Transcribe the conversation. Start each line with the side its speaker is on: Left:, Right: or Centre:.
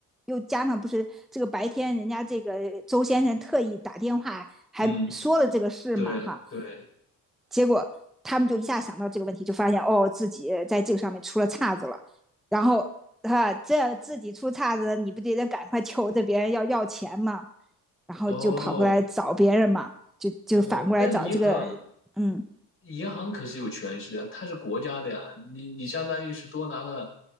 Centre: 又加上不是这个白天人家这个周先生特意打电话还说了这个事嘛，
Left: 嗯，对对，
Centre: 哈。结果他们就一下想到这个问题，就发现哦自己在这个上面出了岔子了，然后哈、这自己出岔子，你不得得赶快求着别人要要钱嘛？然后就跑过来找别人嘛，
Left: 哦
Centre: 就就反过来找这个，
Left: 哦，但是银行
Centre: 嗯
Left: 银行可是有权势啊，它是国家的呀，你你相当于是多拿了